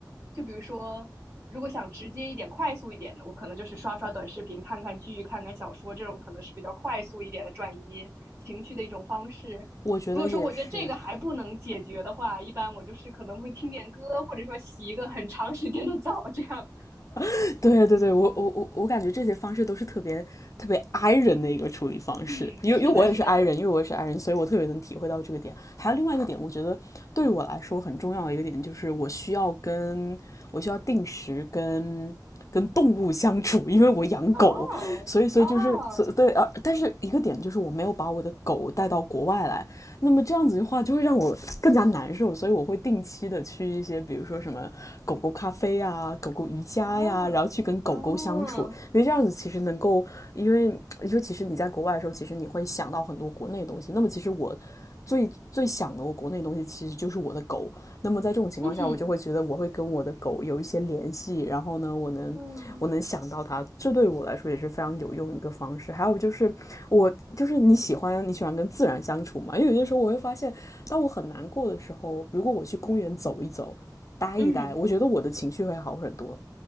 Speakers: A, on the right; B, on the left.
A: 就比如说，如果想直接一点、快速一点的，我可能就是刷刷短视频、看看剧、看看小说，这种可能是比较快速一点的转移情绪的一种方式。
B: 我觉得也是。
A: 如果说我觉得这个还不能解决的话，一般我就是可能会听点歌，或者说洗一个很长时间的澡，这样。<laughs>
B: <laughs> 对对对，我我我我感觉这些方式都是特别特别 i 人的一个处理方式，
A: 嗯，
B: 因为因为我也是
A: 是的，是的。
B: i 人，因为我也是 i 人，所以我特别能体会到这个点。还有另外一个点，我觉得对我来说很重要的一个点就是我需要跟我需要定时跟跟动物相处，因为我养狗，
A: 哦哦，
B: 所以所以就是所对啊，但是一个点就是我没有把我的狗带到国外来，那么这样子的话就会让我更加难受，所以我会定期的去一些，比如说什么狗狗咖啡呀、狗狗瑜伽呀、
A: 哇
B: 啊然后去跟狗狗相处，
A: 哦，哦
B: 因为这样子其实能够，因为你说其实你在国外的时候，其实你会想到很多国内的东西，那么其实我。最最想的我国内的东西，其实就是我的狗，那么在这种情况下，
A: 嗯
B: 我就会觉得我会跟我的狗有一些联系，然后呢，我能我能想到它，
A: 嗯
B: 这对我来说也是非常有用一个方式。还有就是我就是你喜欢你喜欢跟自然相处嘛，因为有些时候我会发现，当我很难过的时候，如果我去公园走一走，待一待，
A: 嗯，
B: 我觉得我的情绪会好很多。